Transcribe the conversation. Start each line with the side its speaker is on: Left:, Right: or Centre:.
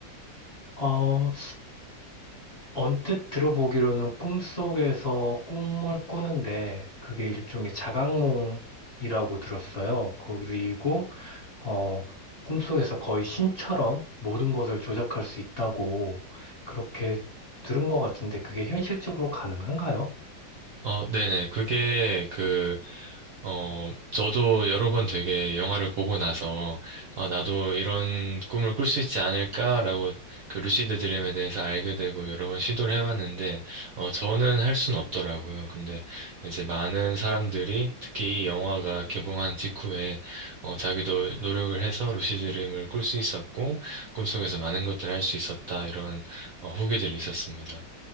Left: 어, 언뜻 들어보기로는 꿈속에서 꿈을 꾸는데 그게 일종의 자각몽이라고 들었어요. 그리고 어, 꿈속에서 거의 신처럼 모든 것을 조작할 수 있다고 그렇게 들은 것 같은데 그게 현실적으로 가능한가요?
Right: 어, 네네. 그게 그, 어, 저도 여러 번 되게 영화를 보고 나서, 아, 나도 이런 꿈을 꿀 수 있지 않을까라고 그 루시드 드림에 대해서 알게 되고 여러 번 시도를 해봤는데, 어, 저는 할 수는 없더라고요. 근데 이제 많은 사람들이 특히 이 영화가 개봉한 직후에, 어, 자기도 노력을 해서 루시드 드림을 꿀 수 있었고, 꿈속에서 많은 것들을 할 수 있었다. 이런 어, 후기들이 있었습니다.